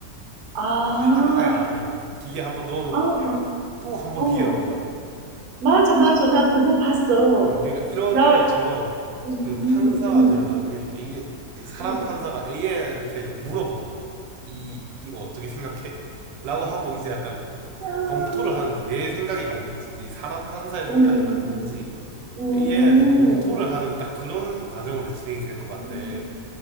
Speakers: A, on the right; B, on the right.
A: 아,
B: 그러니까 사람이 아예 안 해. 기계 한번 넣어놓고
A: 아, 마,
B: 또 한번
A: 어,
B: 기계 넣는 거야.
A: 맞아, 맞아. 나 그거 봤어.
B: 음, 그러니까 이런
A: 나,
B: 것처럼
A: 음,
B: 그 판사가
A: 음,
B: 되면 나중에 이게 그 사람
A: 음.
B: 판사가 AI한테 물어보는 거야. 이 이거 어떻게 생각해? 라고 하고 이제 약간
A: 아,
B: 검토를 하는 거지. 내 생각이 맞는지, 내 사람 판사의
A: 음,
B: 생각이 맞는지
A: 음,
B: AI한테 검토를 하는 딱 그런 과정으로 진행이 될 것 같대.
A: 음,